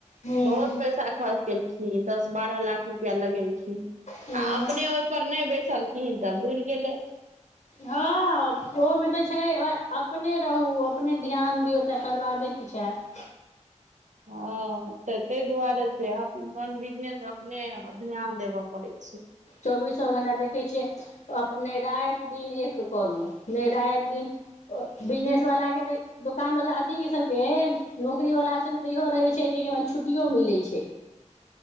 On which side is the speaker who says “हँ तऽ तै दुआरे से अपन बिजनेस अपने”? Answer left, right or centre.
Right